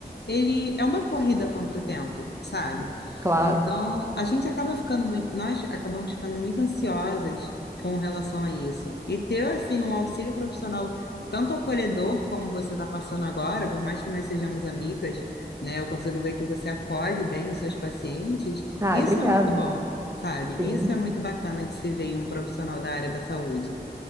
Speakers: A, on the left; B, on the right.
A: ele é uma corrida contra o tempo, sabe?
B: Claro.
A: Então, a gente acaba ficando muito, nós acabamos ficando muito ansiosas com relação a isso. E ter, assim, um auxílio profissional tanto acolhedor como você está passando agora, por mais que nós sejamos amigas, né, eu consigo ver que você acolhe bem os seus pacientes,
B: Ah,
A: isso
B: obrigada.
A: é muito bom, sabe?
B: Sim.
A: Isso é muito bacana de se ver em um profissional da área da saúde.